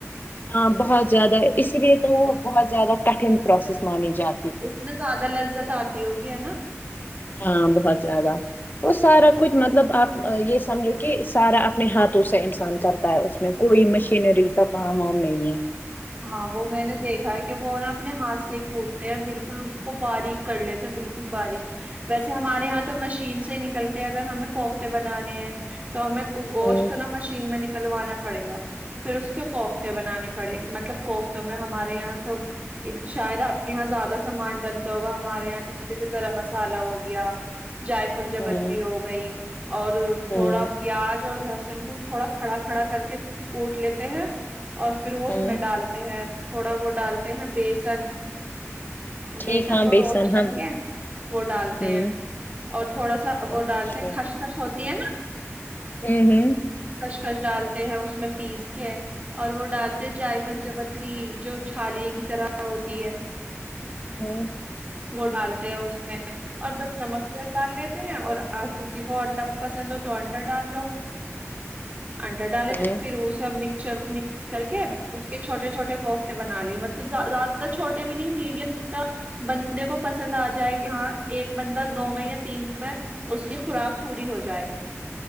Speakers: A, on the left; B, on the right.
A: ہاں بہت زیادہ اسی لیے تو وہ بہت زیادہ کٹھن پروسیس مانی جا
B: اس میں زیادہ لذت آتی ہوگی ہے نا
A: ہاں بہت زیادہ وہ سارا کچھ مطلب آپ یہ سمجھے کہ سارا اپنے ہاتھوں سے انسان کرتا ہے اس میں کوئی مشینری کا کام ہم نہیں ہے
B: ہاں وہ میں نے دیکھا ہے کہ وہ نا اپنے ہاتھ سے کوٹتے ہیں بالکل اس کو باریک کر لیتے بالکل باریک ویسے ہمارے یہاں تو مشین سے نکلتے ہیں اگر ہمیں کوفتے بنانے ہیں تو ہمیں گوشت
A: ہوں
B: تو نا مشین میں نکلوانا پڑے گا پھر اس کے کوفتے بنانے پڑیں مطلب کوفتوں میں ہمارے یہاں تو شاید آپ کے یہاں زیادہ سامان ڈال تا ہوگا ہمارے یہاں تو جیسے گرم مسالہ ہو گیا جائفل جاویتری
A: ہوں
B: ہو گئی اور
A: ہوں
B: تھوڑا پیاز اور لہسن کو تھوڑا کھڑا کھڑا کر کے کوٹ لیتے ہیں اور پھر وہ اس
A: ہوں
B: میں ڈالتے ہیں تھوڑا وہ ڈالتے ہیں بیسن بیسن
A: ٹھیک ہاں
B: کو روسٹ کر
A: ہم
B: کے وہ ڈالتے
A: ہوں
B: ہیں اور تھوڑا سا وہ
A: اچھا
B: ڈالتے ہیں خشخش ہوتی ہے نا
A: ہوں ہوں
B: خشخش ڈالتے ہیں اس میں پیس کے اور وہ ڈالتے جائفل جبتری جو چھالیے کی طرح ہوتی ہے
A: ہوں
B: وہ ڈالتے ہیں اس میں اور بس نمک مرچ ڈال لیتے ہیں اور کسی کو انڈا پسند ہو تو انڈا ڈال لو انڈا ڈالے
A: ہوں
B: تھے پھر وہے اب مکچر کو مکس کر کے اس کے چھوٹے چھوٹے کوفتے بنا لیے مطلب زیادہ چھوٹے بھی نہیں میڈیم جتنا بندے کو پسند آ جائے کہ ہاں ایک بندہ دو میں یا تین میں اس کی خوراک پوری ہو جائے